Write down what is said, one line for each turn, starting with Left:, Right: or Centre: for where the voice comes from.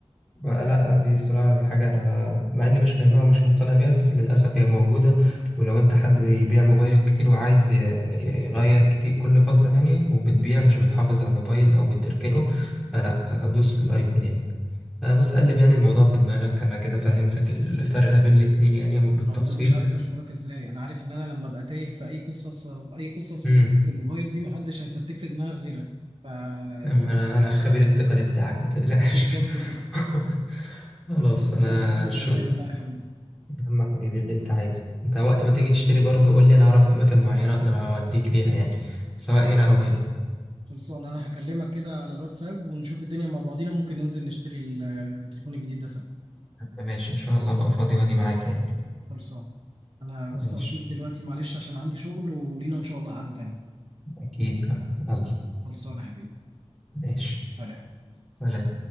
Centre: لا لا دي الصراحة دي حاجة أنا مع إني مش فاهمها ومش مقتنع بيها بس للأسف هي موجودة ولو أنت حد بيبيع موبايل كتير وعايز ي- ي- يغير كتير كل فترة يعني وبتبيع مش بتحافظ على الموبايل أو بتركنه فلا هدوس في الأيفون يعني أه بص قلب يعني الموضوع في دماغك أنا كده فهمتك الفرق بين الاتنين يعني وبالتفصيل
Right: والله مش عارف اشكرك ازاي انا عارف ان انا لما ابقى تايه في اي قصص اي قصص
Centre: مم.
Right: من قصص الموبايل دي محدش هيستف لي دماغ غيرك ف يعني
Centre: أما أنا أنا الخبير التقني بتاعك ما تقلقش
Right: بالظبط كده
Centre: <laughs> خلاص
Right: مش
Centre: أنا
Right: عارف اشكرك
Centre: شو
Right: ازاي والله يا حبيبي
Centre: يا عم حبيبي اللي انت عايزه انت وقت ما تيجي تشتري برضو قول لي انا اعرف اماكن معينة اقدر اوديك ليها يعني سواء هنا او هنا
Right: خلصان انا هكلمك كده على الواتساب ونشوف الدنيا مع بعضينا ممكن ننزل نشتري ال- التليفون الجديد ده سوا
Centre: طب ماشي ان شاء الله ابقى فاضي واجي معاك يعني
Right: خلصان انا بس
Centre: ماشي
Right: هطير دلوقتي معلش عشان عندي شغل ولينا ان شاء الله قعدة تانية
Centre: اكيد يا عم يلا
Right: خلصان يا حبيبي
Centre: ماشي
Right: سلام
Centre: سلام